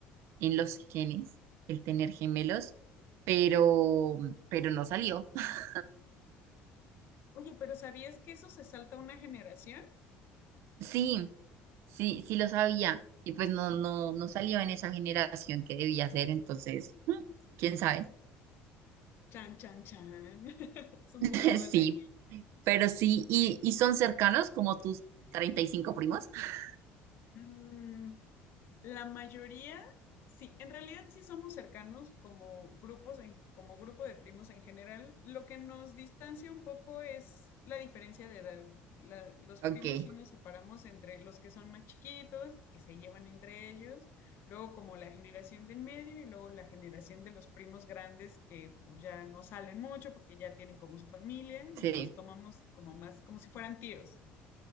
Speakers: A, on the right; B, on the left.
A: en los genes el tener gemelos, pero, pero no salió. <laughs>
B: Oye, pero ¿sabías que eso se salta una generación?
A: Sí, sí, sí lo sabía. Y pues no, no, no salió en esa generación que debía ser, entonces, mm, quién sabe.
B: Chan, chan, chan. <laughs> Es un
A: <laughs>
B: volado
A: Sí,
B: al aire.
A: pero sí, y, y son cercanos como tus 35 primos. <laughs>
B: Mm, La mayoría, sí, en realidad sí somos cercanos como grupos, en, como grupo de primos en general. Lo que nos distancia un poco es la diferencia de edad. La- los
A: Ok,
B: primos sí nos separamos entre los que son más chiquitos, que se llevan entre ellos, luego como la generación de en medio y luego la generación de los primos grandes que pues ya no salen mucho porque ya tienen como su familia y
A: sí,
B: los tomamos como más, como si fueran tíos.